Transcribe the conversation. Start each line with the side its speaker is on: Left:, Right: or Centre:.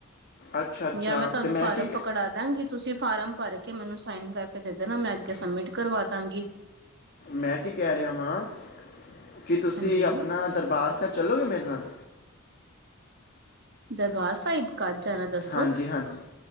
Left: ਅੱਛਾ ਅੱਛਾ
Right: ਜਾਂ ਮੈਂ ਤੁਹਾਨੂੰ
Left: ਤੇ
Right: ਫਾਰਮ
Left: ਕੀ
Right: ਪਕੜਾ ਦਾਂਗੀ ਤੁਸੀਂ ਫਾਰਮ ਭਰ ਕੇ ਮੈਨੂੰ ਸਾਈਨ ਕਰਕੇ ਨਾ ਮੈਂ
Left: ਦੇ
Right: ਅੱਗੇ ਸਬਮਿਟ ਕਰਵਾ ਦਾਂਗੀ।
Left: ਮੈਂ ਕੀ ਕਹਿ ਰਿਹਾ ਵਾਂ ਕੀ ਤੁਸੀਂ
Right: ਹਾਂਜੀ
Left: ਆਪਣਾ ਦਰਬਾਰ ਸਾਹਿਬ ਚੱਲੋਗੇ ਮੇਰੇ ਨਾਲ
Right: ਦਰਬਾਰ ਸਾਹਿਬ। ਕਦ ਜਾਣਾ ਦੱਸੋ
Left: ਹਾਂਜੀ ਹਾਂਜੀ